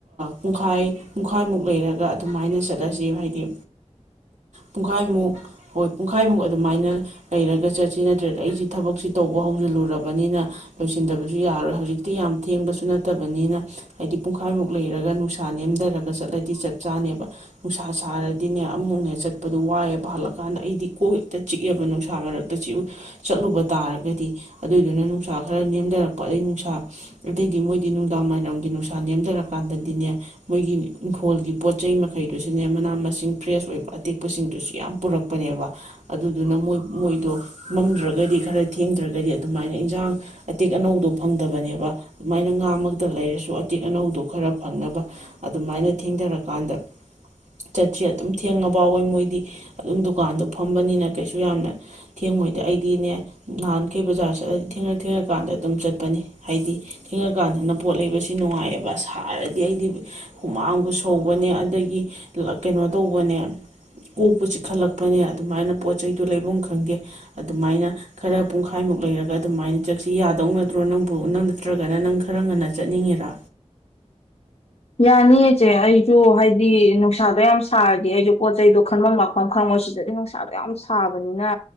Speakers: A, on the right; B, on the left.
A: ꯄꯨꯡꯈꯥꯏ ꯄꯨꯡꯈꯥꯏꯃꯨꯛ ꯂꯩꯔꯒ ꯑꯗꯨꯃꯥꯏꯅ ꯆꯠꯂꯁꯤ ꯍꯥꯏꯗꯤ ꯄꯨꯡꯈꯥꯏꯃꯨꯛ ꯍꯣꯏ ꯄꯨꯡꯈꯥꯏꯃꯨꯛ ꯑꯗꯨꯃꯥꯏꯅ ꯂꯩꯔꯒ ꯆꯠꯁꯤ ꯅꯠꯇ꯭ꯔꯗꯤ ꯑꯩꯁꯤ ꯊꯕꯛꯁꯤ ꯇꯧꯕ ꯍꯧꯖꯤꯜꯂꯨꯔꯕꯅꯤꯅ ꯂꯣꯏꯁꯤꯟꯗꯕꯁꯨ ꯌꯥꯔꯣꯏ ꯍꯧꯖꯤꯛꯇꯤ ꯌꯥꯝ ꯊꯦꯡꯕꯁꯨ ꯅꯠꯇꯕꯅꯤꯅ ꯍꯥꯏꯗꯤ ꯄꯨꯡꯈꯥꯏꯃꯨꯛ ꯂꯩꯔꯒ ꯅꯨꯡꯁꯥ ꯅꯦꯝꯊꯔꯒ ꯆꯠꯂꯗꯤ ꯆꯞ ꯆꯥꯅꯦꯕ ꯅꯨꯡꯁꯥ ꯁꯥꯔꯗꯤꯅꯦ ꯑꯃꯨꯛꯅꯦ ꯆꯠꯄꯗꯨ ꯋꯥꯏꯌꯦꯕ ꯍꯜꯂꯛꯀꯥꯟꯗ ꯑꯩꯗꯤ ꯀꯣꯛ ꯍꯦꯛꯇ ꯆꯤꯛꯑꯦꯕ ꯅꯨꯡꯁꯥ ꯃꯔꯛꯇ ꯆꯎ ꯆꯠꯂꯨꯕ ꯇꯥꯔꯒꯗꯤ ꯑꯗꯨꯏꯗꯨꯅ ꯅꯨꯡꯁꯥ ꯈꯔ ꯅꯦꯝꯗꯔꯛꯄ ꯑꯗꯩ ꯅꯨꯡꯁꯥ ꯑꯗꯩꯗꯤ ꯃꯣꯏꯗꯤ ꯅꯨꯡꯗꯥꯡ ꯋꯥꯏꯔꯝꯒꯤ ꯅꯨꯡꯁꯥ ꯅꯦꯝꯗꯔꯀꯥꯟꯗꯗꯤꯅꯦ ꯃꯣꯏꯒꯤ ꯏꯪꯈꯣꯜꯒꯤ ꯄꯣꯠ ꯆꯩ ꯃꯈꯩꯗꯨꯁꯨꯅꯦ ꯃꯅꯥ ꯃꯁꯤꯡ ꯐ꯭ꯔꯦꯁ ꯑꯣꯏꯕ ꯑꯇꯦꯛꯄꯁꯤꯡꯗꯨꯁꯨ ꯌꯥꯝ ꯄꯨꯔꯛꯄꯅꯦꯕ ꯑꯗꯨꯗꯨꯅ ꯃꯣꯏ ꯃꯣꯏꯗꯣ ꯃꯝꯗ꯭ꯔꯒꯗꯤ ꯈꯔ ꯊꯦꯡꯗ꯭ꯔꯒꯗꯤ ꯑꯗꯨꯃꯥꯏꯅ ꯏꯟꯖꯥꯡ ꯑꯇꯦꯛ ꯑꯅꯧꯗꯣ ꯐꯪꯗꯕꯅꯦꯕ ꯑꯗꯨꯃꯥꯏꯅ ꯉꯥꯃꯛꯇ ꯂꯩꯔꯁꯨ ꯑꯇꯦꯛ ꯑꯅꯧꯗꯣ ꯈꯔ ꯐꯪꯅꯕ ꯑꯗꯨꯃꯥꯏꯅ ꯊꯦꯡꯗꯔꯀꯥꯟꯗ ꯆꯠꯁꯦ ꯑꯗꯨꯝ ꯊꯦꯡꯉꯐꯥꯎꯋꯦ ꯃꯣꯏꯗꯤ ꯑꯗꯨꯝ ꯗꯨꯀꯥꯟꯗꯣ ꯐꯝꯕꯅꯤꯅ ꯀꯩꯁꯨ ꯌꯥꯝꯅ ꯊꯦꯡꯉꯣꯏꯗ ꯑꯩꯗꯤꯅꯦ ꯅꯍꯥꯟꯈꯩ ꯕꯖꯥꯔ ꯆꯠꯂꯗꯤ ꯊꯦꯡꯉ ꯊꯦꯡꯉ ꯀꯥꯟꯗ ꯑꯗꯨꯝ ꯆꯠꯄꯅꯤ ꯍꯥꯏꯗꯤ ꯊꯦꯡꯉꯀꯥꯟꯗꯅ ꯄꯣꯠ ꯂꯩꯕꯁꯤ ꯅꯨꯡꯉꯥꯏꯌꯦꯕ ꯁꯥꯔꯗꯤ ꯑꯩꯗꯤ ꯍꯨꯃꯥꯡꯕꯨ ꯁꯧꯕꯅꯦ ꯑꯗꯒꯤ ꯀꯩꯅꯣ ꯇꯧꯕ ꯄꯅꯦ ꯀꯣꯛꯄꯨ ꯆꯤꯛꯈꯠꯂꯛꯄꯅꯦ ꯑꯗꯨꯃꯥꯏꯅ ꯄꯣꯠ ꯆꯩꯗꯨ ꯂꯩꯕꯝ ꯈꯪꯗꯦ ꯑꯗꯨꯃꯥꯏꯅ ꯈꯔ ꯄꯨꯡꯈꯥꯏꯃꯨꯛ ꯂꯩꯔꯒ ꯑꯗꯨꯃꯥꯏꯅ ꯆꯠꯁꯤ ꯌꯥꯗꯧꯅꯗ꯭ꯔꯣ ꯅꯪꯕꯨ ꯅꯪ ꯅꯠꯇ꯭ꯔꯒꯅ ꯅꯪ ꯈꯔ ꯉꯟꯅ ꯆꯠꯅꯤꯡꯉꯤꯔꯥ
B: ꯌꯥꯅꯤꯌꯦ ꯏꯆꯦ ꯑꯩꯁꯨ ꯍꯥꯏꯗꯤ ꯅꯨꯡꯁꯥꯗꯣ ꯌꯥꯝ ꯁꯥꯔꯗꯤ ꯑꯩꯖꯨ ꯄꯣꯠꯆꯗꯣ ꯈꯟꯐꯝ ꯂꯥꯛꯐꯝ ꯈꯪꯉꯣꯏ ꯁꯤꯗꯗꯤ ꯅꯨꯡꯁꯥꯗꯣ ꯌꯥꯝ ꯁꯥꯕꯅꯤꯅ